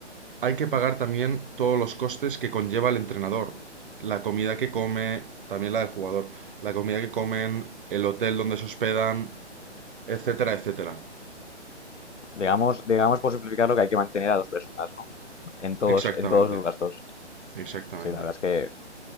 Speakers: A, on the right; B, on the left.
A: hay que pagar también todos los costes que conlleva el entrenador. La comida que come, también la del jugador, la comida que comen, el hotel donde se hospedan, etcétera, etcétera.
B: Digamos, digamos por simplificarlo que hay que mantener a dos personas, ¿no? En todos,
A: Exactamente,
B: en todos sus gastos.
A: exactamente.
B: Sí, la verdad es que